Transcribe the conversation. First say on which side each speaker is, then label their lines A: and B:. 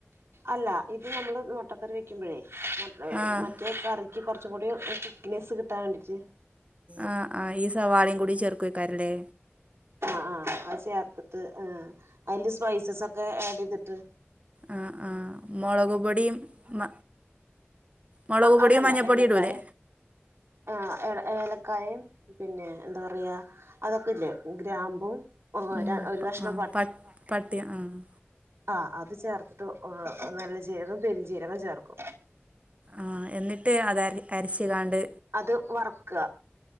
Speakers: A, on the right (about 80°); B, on the right (about 30°).
A: അല്ല ഇത് നമ്മള് മൊട്ടക്കറി വെക്കുമ്പഴേ
B: ആഹ്
A: മറ്റേ കറി ക്ക് കുറച്ചും കൂടി തിക്നെസ് കിട്ടാൻ വേണ്ടിട്ട്
B: ആ ആ ഈയ് സവാളിം കൂടി ചേർക്കുക്കാരല്ലേ
A: അ ആ അത് ചേർത്തിട്ട് ഏ അയ്ന്റെ സ്പൈസസൊക്കെ ആഡ് ചെയ്ത്ട്ട്
B: അ ആ മൊളക് പൊടിയും മ മുളക്
A: അഹ്
B: പൊടിയും
A: അതല്ല
B: മഞ്ഞപ്പൊടിയും
A: ഏലക്കായ
B: ഇടൂലേ
A: ആഹ് എ ഏലക്കായേം പിന്നെ ന്താ പറയാ അതൊക്കെല്ലേ ഗ്രാമ്പും
B: ഉം
A: ഒരു കഷ്ണം
B: പട്ട് പട്ടിം ആഹ്
A: ആഹ് അത് ചേർത്തിട്ട് ഊം നല്ല ജീരകം പെരിചീരകം ചേർക്കും
B: ആഹ് എന്നിട്ട് അത് അര് അര്ച്ച് കാണ്ട്
A: അത് വർക്കാ